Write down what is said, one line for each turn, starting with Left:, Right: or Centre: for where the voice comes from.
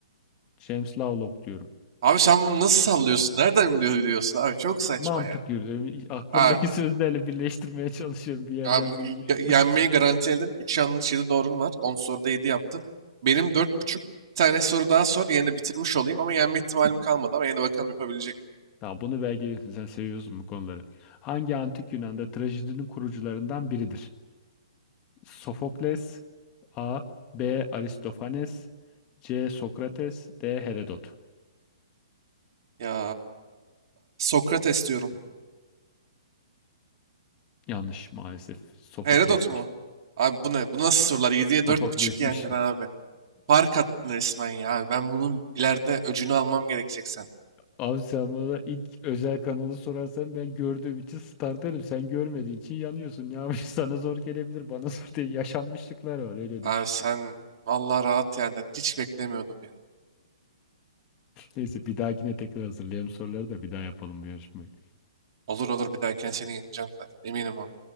Left: James Lovelock diyorum.
Right: Abi sen bunu nasıl sallıyorsun? Nereden biliyor- biliyorsun abi? Çok saçma
Left: Mantık
Right: ya.
Left: yürüdüm. Aklımdaki
Right: Abi
Left: sözlerle birleştirmeye çalışıyorum. Bir yerden
Right: Abi
Left: duymuşum.
Right: ge- yenmeyi
Left: <laughs>
Right: garanti edin. 3 yanlış 7 doğrun var. 10 soruda 7 yaptın. Benim 4,5. Bir tane soru daha sor. Yine de bitirmiş olayım ama yenme ihtimalim kalmadı ama yine de bakalım yapabilecek miyim?
Left: Tamam bunu belki sen seviyorsun bu konuları. Hangi antik Yunan'da trajedinin kurucularından biridir? Sofokles A. B. Aristofanes C. Sokrates D. Herodot.
Right: Ya Sokrates diyorum.
Left: Yanlış maalesef. Sofokles'miş.
Right: Herodot mu? Abi bu ne? Bu nasıl sorular? Yediye
Left: <laughs> Sofokles'miş.
Right: dört buçuk yendin abi. Fark attın resmen ya. Abi Ben bunun ileride öcünü almam gerekecek sen.
Left: Abi sen bana ilk özel kanalı sorarsan ben gördüğüm için star derim. Sen görmediğin için yanıyorsun. Ya <laughs> sana zor gelebilir. Bana zor değil. Yaşanmışlıklar var öyle
Right: Abi
Left: düşün.
Right: sen vallahi rahat yendin. Hiç beklemiyordum ya.
Left: Neyse bir dahakine tekrar hazırlayalım soruları da bir daha yapalım bu yarışmayı.
Right: Olur olur bir dahakine seni yeneceğim zaten. Eminim ona.